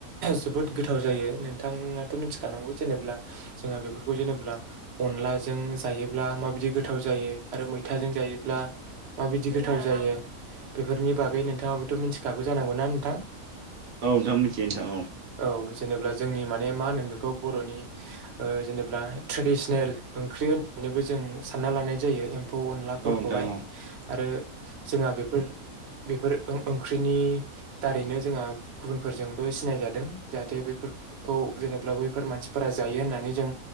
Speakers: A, on the right (about 55°); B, on the right (about 75°).
A: जोबोद गोथाव जायो नोंथाङाथ' मिथिखानांगौ जे नेब्ला जोंहा बेफोरखौ जेनब्ला अनलाजों जायोब्ला माबायदि गोथाव जायो आरो मैथाजों जायोब्ला माबायदि गोथाव जायो बेफोरनि
B: औ नोंथां
A: बागै नोंथाङाबोथ' मिथिखागौ जानांगौना नोंथां
B: औ नोंथां मिथियो नोंथां औ।
A: औ जेनेब्ला जोंनि माने मा होनोमो बेखौ बर'नि ओ जेनेबा ट्रेडिस नेल ओंख्रि होननानैबो जों सानना लानाय जायो एम्फौ अनलाफोरखौहाय
B: औ नोंथां औ
A: आरो जोंहा बेफोर बेफोर ओं-ओंख्रिनि दारैनो जोंहा गुबुनफोरजोंबो सिनायजादों जाहाथे बेफोर खौ जेनेब्ला बैफोर मानसिफोरा जायो होननानै जों